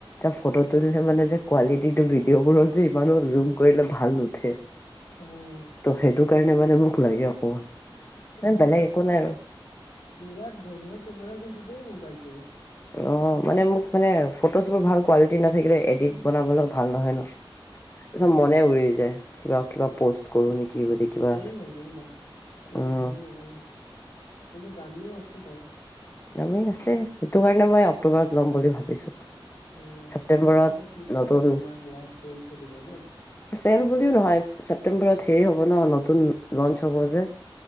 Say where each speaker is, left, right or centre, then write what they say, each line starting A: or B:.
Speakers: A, on the left; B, on the left.
A: এ ফটো
B: উম।
A: তুলে মানে যে কোৱালিটিটো ভিডিঅ' বোৰৰ যে ইমানো জুম কৰিলে ভাল নুঠে
B: উম
A: ত' সেইটো কাৰণে মানে মোক লাগে অকমান ম
B: বিৰাট
A: বেলেগ একো নাই আৰু
B: বিৰাট বঢ়িয়া কেমেৰা কিন্তু দেই মোবাইলটোৰ
A: অ মানে মোক মানে ফটোজবোৰ ভাল কোৱালিটি নাথাকিলে এডিট বনাবলৈ ভাল নহয় ন তাৰছত মনে উৰি যায় কিবা কিবা প'ষ্ট কৰো নেকি বুলি কিবা
B: গ ন গ ন ইয়াত
A: উম
B: ভাল মোবাইল আছে কিন্তু দামীও আছে বাৰু
A: দামেই আছে সেইটো কাৰণে মই অক্টোবৰত ল'ম বুলি ভাবিছো
B: অ অ
A: ছেপ্তেম্বৰত
B: ফ্লিপকাৰ্টত
A: নতুন
B: তোমাৰ সেয়া চেল চলিব ন
A: চেল বুলিও নহয় ছেপটেম্বৰত হেৰি হ'ব ন নতুন লঞ্চ হ'ব যে